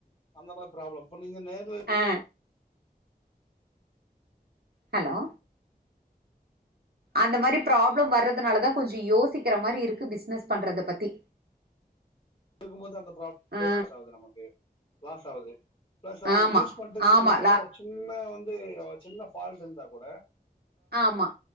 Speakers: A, on the left; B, on the right.
A: அந்த மாரி ப்ராப்ளம் இப்ப நீங்க நேர்ல
B: ஆ ஹலோ அந்த மாரி ப்ராப்ளம் வர்றதுனாலதான் கொஞ்சம் யோசிக்கிற மாரி இருக்கு பிசினஸ் பண்றத பத்தி
A: இருக்கும்போது அந்த
B: ஆ
A: நமக்கு லாஸ் ஆகுது பிளஸ் அவங்க
B: ஆமா
A: யூஸ் பண்ணிட்டு குடுக்கறனால
B: ஆமா லா
A: சின்ன வந்து சின்ன ஃபால்ட் இருந்தா கூட
B: ஆமா